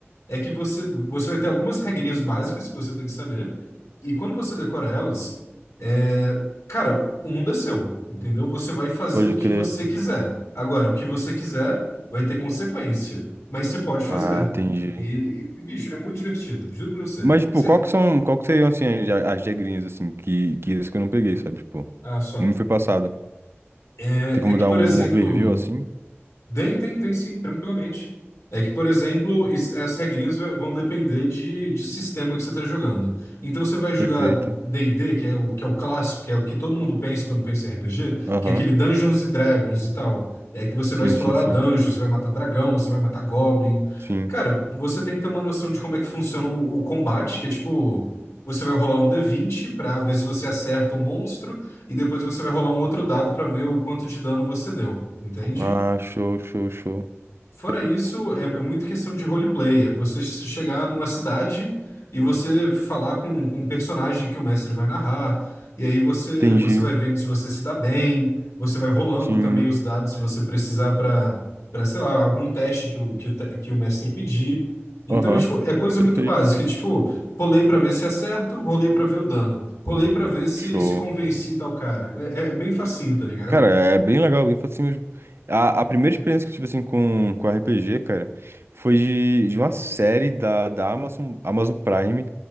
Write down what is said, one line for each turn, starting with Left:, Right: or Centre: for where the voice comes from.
Left: é que você, você vai ter algumas regrinhas básicas que você tem que saber, e quando você decora elas, é, Cara, o mundo é seu, entendeu? Você vai fazer
Right: Pode
Left: o que
Right: crer.
Left: você quiser. Agora, o que você quiser vai ter consequência, mas você pode fazer.
Right: Ah, entendi.
Left: E, e, bicho, é muito divertido, juro pra você.
Right: Mas, tipo,
Left: Você,
Right: qual que são, qual que seriam, assim, as, as regrinhas, assim, que, que isso que eu não peguei, sabe? Tipo,
Left: ah, só.
Right: não me foi passada.
Left: É,
Right: Tem como
Left: é que,
Right: dar
Left: por
Right: um
Left: exemplo.
Right: overview, assim?
Left: Tem, tem, tem sim, tranquilamente. É que, por exemplo, is- as regrinhas va- vão depender de, de sistema que você está jogando. Então, você vai jogar
Right: Perfeito.
Left: D&D, que é o, que é o clássico, que é o que todo mundo pensa quando pensa em RPG,
Right: Aham.
Left: que é aquele Dungeons e Dragons e tal. É que você
Right: Sim,
Left: vai explorar
Right: sim, sim.
Left: dungeons, você vai matar dragão, você vai matar goblin.
Right: Sim.
Left: Cara, você tem que ter uma noção de como é que funciona o, o combate, que é tipo, você vai rolar um d vinte para ver se você acerta um monstro, e depois você vai rolar um outro dado para ver o quanto de dano você deu, entende?
Right: Ah, show, show, show.
Left: Fora
Right: Perfeito.
Left: isso, é, é muito questão de roleplay. É você chegar numa cidade e você falar com, com um personagem que o mestre vai narrar. E aí você,
Right: Entendi.
Left: você vai vendo se você se dá bem, você vai rolando
Right: Sim.
Left: também os dados se você precisar para, para, sei lá, algum teste que o, que, o te- que o mestre pedir. Então,
Right: Aham.
Left: é, tipo, é coisa
Right: Perfeito.
Left: muito básica. É, tipo, rolei para ver se acerto, rolei para ver o dano, rolei para ver se
Right: Show.
Left: se convenci tal cara. É, é- é bem facinho, tá ligado?
Right: Cara, é bem legal, bem fácil mesmo. A, a primeira experiência que eu tive, assim, com, com RPG, cara, foi de, de uma série da, da Amazon, Amazon Prime,